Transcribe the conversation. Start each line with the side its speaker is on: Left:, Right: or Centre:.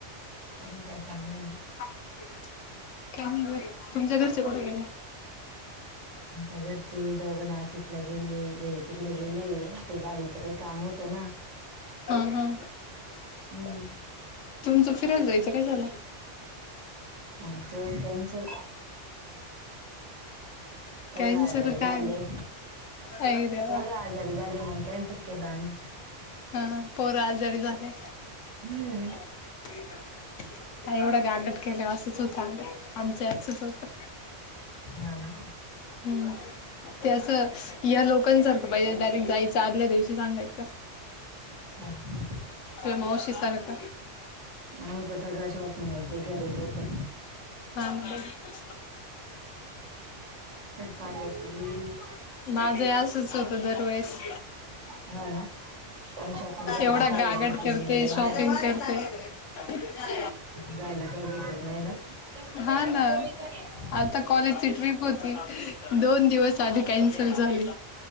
Right: अजून काय चांलय?
Left: काय नाही बघा तुमच्या घरचे कुठं गेले?
Right: आमच्या घरचे दोघं नाशिकला गेले <unintelligible> गेले ते गाडीचं काही काम होत त ना
Left: हा हा
Right: हम्म.
Left: तुमचं फिरायला जायचं काय झाल?
Right: आमचं कॅनसल. पोर
Left: कॅन्सल
Right: आजारी झाले
Left: काय आई देवा
Right: पोर आजा री झाले म्हणून कॅन्सल केल आम्ही.
Left: हा पोर आजारी झाले.
Right: हम्म.
Left: <inaudible> का एवढं गागट केलं असंच होतं आ आमचं असच होत.
Right: नाही ना.
Left: हम्म. ते असं या लोकांसारखं पाहिजे डायरेक्ट जायचं आदल्या दिवशी सांगायचं.
Right: हम
Left: ते मावशी सारक.
Right: अ तस का शॉपिंग आणि ते करेगत.
Left: हा ना बघ
Right: का सांगती.
Left: माझं असच होतं दरवेेळेस.
Right: हा ना पण शॉपिंग करून
Left: एवढा
Right: ठेवली
Left: गागड
Right: ती
Left: करते
Right: मुलं नाही
Left: शॉपिंग करते. <unintelligible>
Right: जायला <unintelligible>
Left: हा ना आता कॉलेजची ट्रिप होती, दोन दिवस आधी कॅन्सल झाली.